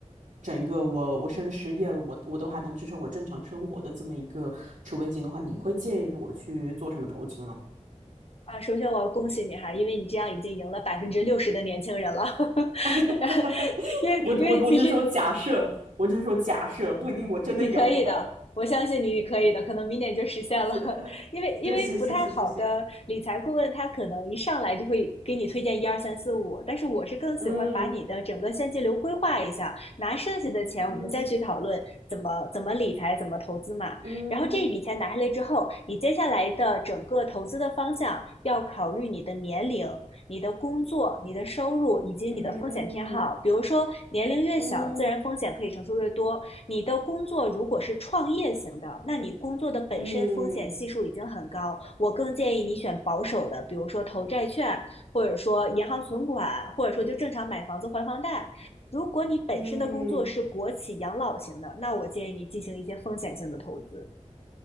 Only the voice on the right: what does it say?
整一个我我甚至失业了，我我都还能支撑我正常生活的这么一个储备金的话，你会建议我去做什么投资呢？
<laughs> 哈哈，
我我我只是说假设，我只是说假设，不一定我真的有。
<laughs>
谢谢谢谢谢谢，
嗯
嗯
嗯
嗯
嗯
嗯嗯
嗯
嗯。